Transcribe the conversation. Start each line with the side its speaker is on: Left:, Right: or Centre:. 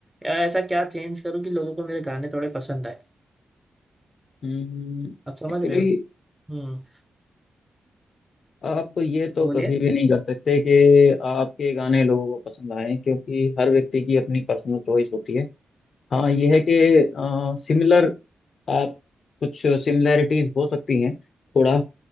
Centre: या ऐसा क्या चेंज करूँ कि लोगों को मेरे गाने थोड़े पसंद आए
Left: हम्म
Centre: आप समझ
Left: एक्चुअली
Centre: रहे हो हम्म
Left: आप ये तो
Centre: बोलिए
Left: कभी भी नहीं कर सकते कि आपके गाने लोगों को पसंद आए क्योंकि हर व्यक्ति की अपनी पर्सनल चॉइस होती है हाँ ये है कि सिमिलर आप कुछ सिमिलैरिटीज हो सकती हैं थोड़ा